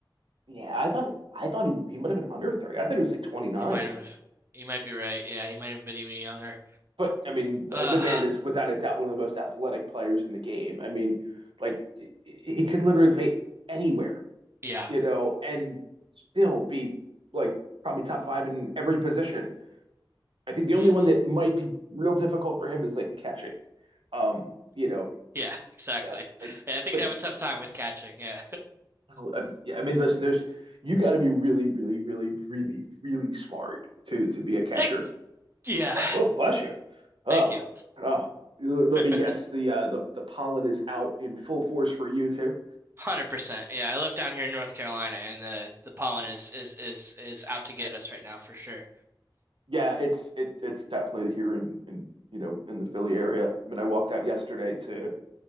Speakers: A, on the right; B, on the right.
A: yeah, I thought I thought he, he might have been under thirty. I thought he was like twenty nine.
B: He might have you might be right. Yeah, he might have been even younger.
A: But I mean, the,
B: Uh,
A: the man is without a doubt one of the most athletic players in the game. I mean, like he he could literally play anywhere,
B: yeah.
A: you know, and still be like probably top five in every position. I think the only
B: Hmm.
A: one that might be real difficult for him is like catching. Um, you know,
B: Yeah, <laughs> exactly.
A: uh, like
B: Yeah, I think
A: but
B: I'd have a tough time with catching. Yeah.
A: Oh, I, yeah, I mean, listen, there's you got to be really, really, really, really, really smart to to be a catcher.
B: <laughs> Yeah.
A: Uh, oh, bless you. Oh,
B: Thank you.
A: oh. L- Let
B: <laughs>
A: me guess. The uh, the the pollen is out in full force for you too.
B: 100%. Yeah, I live down here in North Carolina and the the pollen is is is is out to get us right now for sure.
A: Yeah, it's it it's definitely here in in you know in the Philly area. I mean, I walked out yesterday to